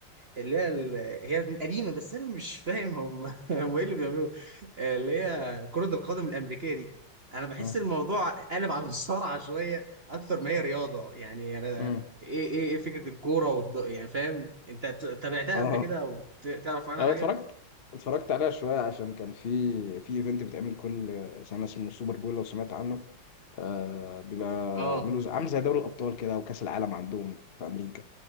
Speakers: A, on the right; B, on the left.
A: اللي هي ال... هي قديمة بس أنا مش فاهم هم <laughs> هم إيه اللي بيعملوه آه، اللي هي كرة القدم الأمريكية دي أنا بحس
B: اه
A: الموضوع قلب على الصارعة شوية أكتر ما هي رياضة يعني أنا
B: امم
A: إيه إيه إيه فكرة الكورة والض... يعني فاهم أنت ت- تابعتها
B: اه
A: قبل كده أو ت- تعرف عنها
B: اه
A: حاجة؟
B: اتفرجت اتفرجت عليها شوية عشان كان في في ايفنت بيتعمل كل سنة اسمه سوبر بول لو سمعت عنه آه بيبقى
A: اه
B: عامله زي- عامل زي دوري الأبطال كده أو كأس العالم عندهم في أمريكا